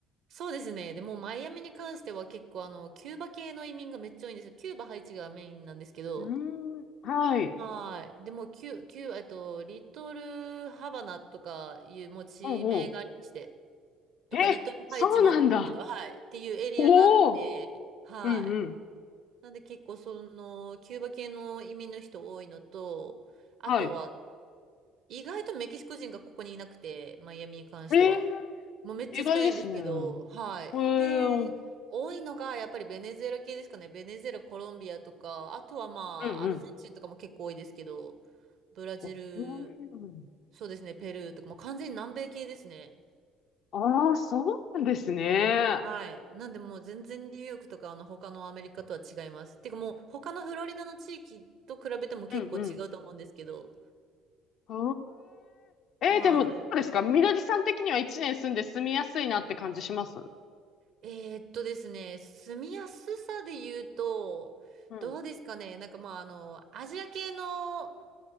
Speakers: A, on the right (about 50°); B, on the left (about 50°).
A: そうですね。でもうマイアミに関しては結構あの、キューバ系の移民がめっちゃ多いんですよ。キューバ、ハイチがメインなんですけど、
B: うーん。はい。
A: はい。でもうキュ、キュー、えっと、リトルハバナとかいうもう地名がありまして、
B: ほうほ
A: とかリトルハイチもあるんですけど、
B: う。え、そうなんだ。
A: はい。っていうエリアがあって、
B: おお、
A: はい。
B: うんうん。
A: なんで結構その、キューバ系の移民の人多いのと、あとは、
B: はい。
A: 意外とメキシコ人がここにいなくて、マイアミに関しては。
B: ええ、
A: もうめっちゃ少ないんですけど、
B: 意外ですね。
A: はい。
B: ええ、
A: で、
B: うん
A: 多いのがやっぱりベネズエラ系ですかね。ベネズエラ、コロンビアとか、あとはまあ、
B: うん。
A: アルゼンチンとかも結構多いですけど、ブラジル、
B: おうん
A: そうですね、ペルーとか、もう完全に南米系ですね。
B: ああ、そうなんですね。
A: はい。なんでもう全然ニューヨークとかあの他のアメリカとは違います。てかもう他のフロリダの地域と比べても結構違うと思うんですけど。
B: うんうん。ええ、
A: は
B: えー、でも、どうですかみのりさん的には一年住んで住みやすいなって感じします
A: い。えーっとですね、住みやすさで言うと、
B: うん。
A: どうですかね。なんかまああの、アジア系の